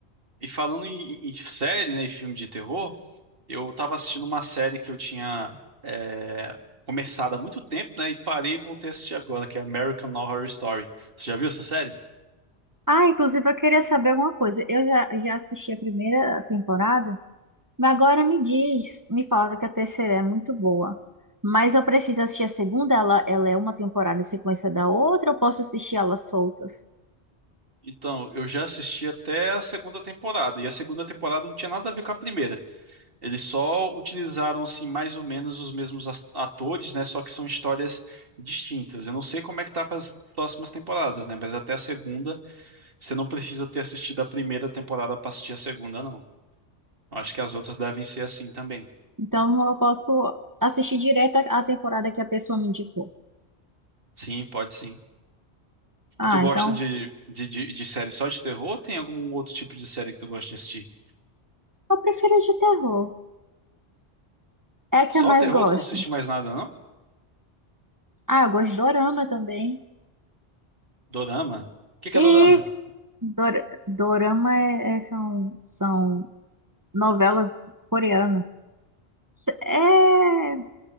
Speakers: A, on the right; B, on the right.
A: E falando em, em série, né, e filme de terror, eu tava assistindo uma série que eu tinha é, começado há muito tempo, né, e parei e voltei a assistir agora, que é American Horror Story. Você já viu essa série?
B: Ah, inclusive eu queria saber alguma coisa. Eu já, já assisti a primeira temporada, mas agora me diz, me falaram que a terceira é muito boa. Mas eu preciso assistir a segunda, ela, ela é uma temporada em sequência da outra, eu posso assistir elas soltas.
A: Então, eu já assisti até a segunda temporada, e a segunda temporada não tinha nada a ver com a primeira. Eles só utilizaram, assim, mais ou menos os mesmos as- atores, né, só que são histórias distintas. Eu não sei como é que tá para as próximas temporadas, né, mas até a segunda Você não precisa ter assistido a primeira temporada pra assistir a segunda, não. Eu acho que as outras devem ser assim também.
B: Então eu posso assistir direto a a temporada que a pessoa me indicou.
A: Sim, pode sim.
B: Ah,
A: E tu gosta
B: então
A: de, de, de, de série só de terror ou tem algum outro tipo de série que tu gosta de assistir?
B: eu prefiro de terror. É a que
A: Só
B: eu mais
A: terror,
B: gosto.
A: tu não assiste mais nada, não?
B: Ah, eu gosto de dorama também.
A: Dorama? O que que
B: E
A: é dorama?
B: dor- dorama é- é- são, são novelas coreanas. S- É,